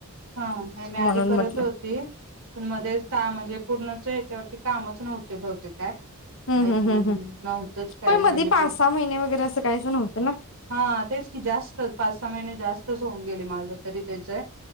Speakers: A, on the right; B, on the left.
A: हा नाही मी आधी
B: म्हणून
A: करत
B: म्हटलं
A: होती पण मध्येच चा म्हणजे पूर्णच याच्यावरती कामच नव्हत बहुतेक काय
B: हम्
A: आय
B: हम्
A: थिंक
B: हम् हम्
A: नव्हतच काय
B: पण मध्ये
A: म्हणजे
B: पाच सहा महिने वगैरे असं काहीच नव्हतं ना
A: हा तेच की जास्त पाच सहा महिने जास तस होऊन गेले माझ तरी तेच आहे.